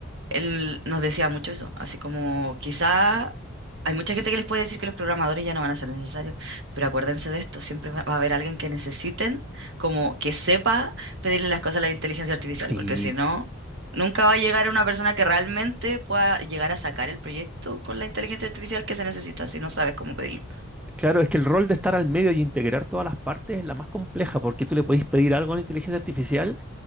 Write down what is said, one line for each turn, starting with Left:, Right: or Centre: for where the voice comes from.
Right: él nos decía mucho eso, así como quizá hay mucha gente que les puede decir que los programadores ya no van a ser necesarios, pero acuérdense de esto, siempre va va a haber alguien que necesiten, como que sepa pedirle las cosas a la inteligencia artificial,
Centre: Y
Right: porque si no, nunca va a llegar una persona que realmente pueda llegar a sacar el proyecto con la inteligencia artificial que se necesita si no sabes cómo pedirlo.
Centre: claro, es que el rol de estar al medio y integrar todas las partes es la más compleja, porque tú le podés pedir algo a la inteligencia artificial